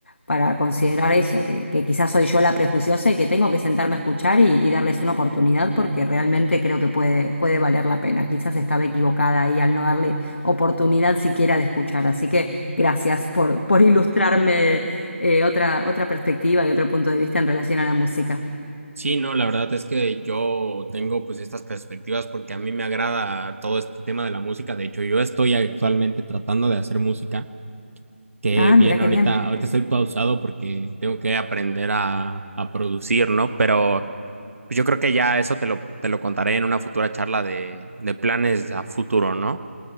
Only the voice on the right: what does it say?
Sí, no, la verdad es que yo tengo pues estas perspectivas porque a mí me agrada todo este tema de la música. De hecho, yo estoy actualmente tratando de hacer música, que
bien
ahorita,
ahorita estoy pausado porque tengo que aprender a, a producir, ¿no? Pero Pues yo creo que ya eso te lo, te lo contaré en una futura charla de, de planes a futuro, ¿no?